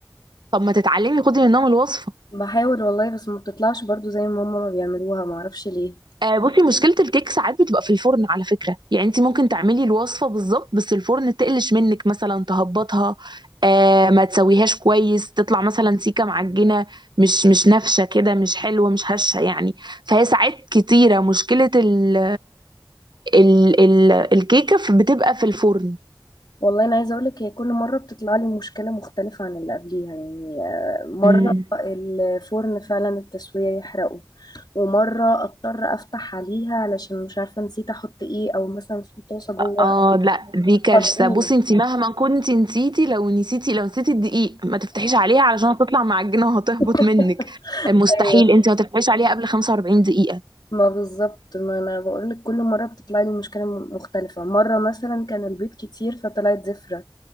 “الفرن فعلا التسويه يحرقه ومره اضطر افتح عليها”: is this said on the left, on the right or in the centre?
Left